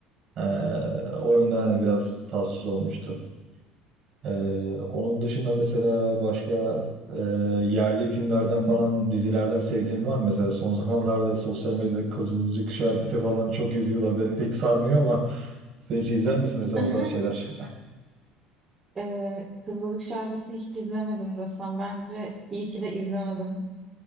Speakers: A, on the right (about 45°); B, on the right (about 25°).
A: E, o yönden
B: Hı
A: hani
B: hı.
A: biraz tatsız olmuştu. Ee, onun dışında mesela başka e, yerli filmlerden
B: Hı.
A: falan dizilerden sevdiğin var mı? Mesela son <laughs> zamanlarda sosyal medyada Kızılcık, Şerbeti falan çok izliyorlar. Beni pek sarmıyor ama sen hiç izler misin mesela
B: <laughs>
A: o tarz şeyler?
B: Ee, Kızılcık Şerbeti'ni hiç izlemedim desem. Bence iyi ki de izlemedim.